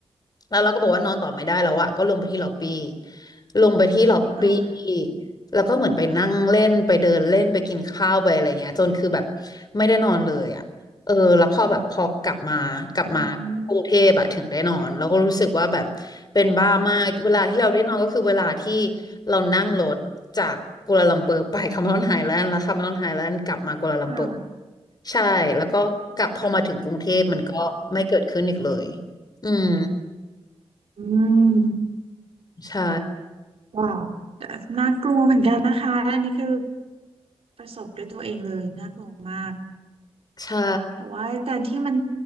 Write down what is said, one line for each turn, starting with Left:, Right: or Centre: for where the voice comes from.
Left: แล้วเราก็บอกว่านอนต่อไม่ได้แล้วอะก็ลงไปที่ล็อบบี้ลงไปที่ล็อบบี้
Right: ค่ะ
Left: แล้วก็เหมือนไปนั่งเล่นไปเดินเล่นไปกินข้าวไปอะไรเงี้ยจนคือแบบไม่ได้นอนเลยอะ เออแล้วพอแบบพอกลับมากลับมากรุงเทพอะถึงได้นอนแล้วก็รู้สึกว่าแบบเป็นบ้ามากเวลาที่เราได้นอนก็คือเวลาที่
Right: อืมอืม
Left: เรานั่งรถจากกัวลาลัมเปอร์ไปคาเมรอนไฮแลนด์แล้วคาเมรอนไฮแลนด์กลับมากัวลาลัมเปอร์
Right: ค่ะ
Left: ใช่แล้วก็กลับพอมาถึงกรุงเทพมันก็ไม่เกิดขึ้นอีกเลย
Right: อืม
Left: อืม
Right: อืม
Left: ใช่
Right: ว้าวแต่น่ากลัวเหมือนกันนะคะอันนี้คือ ประสบด้วยตัวเองเลยน่ากลัวมาก
Left: ใช่
Right: แต่ว่าแต่ที่มัน